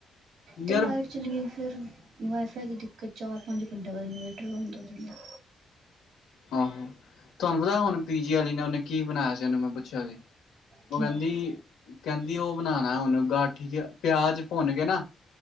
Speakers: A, on the right; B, on the left.
A: ਤੇ
B: ਯਾਰ
A: ਲਾਈਟ ਚਲੀ ਗਈ। ਫੇਰ ਵਾਈ ਫਾਈ ਦੀ ਦਿੱਕਤ ਚਾਰ ਪੰਜ ਘੰਟੇ ਬਾਅਦ ਇਨਵਰਟਰ ਬੰਦ ਹੋ ਜਾਂਦਾ।
B: ਆਹੋ, ਤੁਹਾਨੂੰ ਪਤਾ ਹੁਨ ਪੀਜੀ ਵਾਲੀ ਨੇ ਉਹਨੇ ਕੀ ਬਨਾਂਇਆ ਸੀ, ਉਹਨੂੰ ਮੈਂ ਪੁੱਛਿਆ ਸੀ।
A: ਕੀ
B: ਉਹ ਕੇਂਦੀ-ਕੇਂਦੀ
A: ਹੂੰ
B: ਉਹ ਬਨਾਨਾ ਹਨੂੰ ਗਾਠੀ, ਪਿਆਜ ਭੁੰਨ ਕੇ ਨਾ